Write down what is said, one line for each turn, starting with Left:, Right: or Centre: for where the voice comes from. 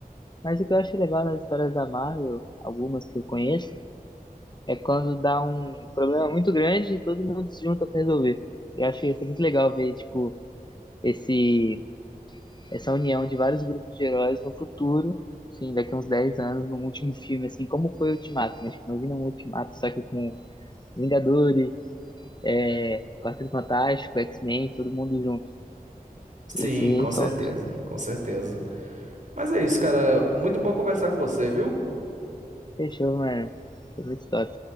Left: Mas o que eu acho legal nas histórias da Marvel, algumas que eu conheço, é quando dá um problema muito grande e todo mundo se junta pra resolver. Eu acho isso muito legal ver, tipo, esse essa união de vários grupos de heróis no futuro, assim, daqui a uns 10 anos, num último filme, assim, como foi o Ultimato, né? Tipo, imagina um Ultimato só que com Vingadores, é, Quarteto Fantástico, X-Men, todo mundo junto.
Right: Sim,
Left: Ia ser
Right: com certeza,
Left: top.
Right: com certeza. Mas é isso, cara. Muito bom conversar com você, viu?
Left: Fechou, mano. Foi muito top.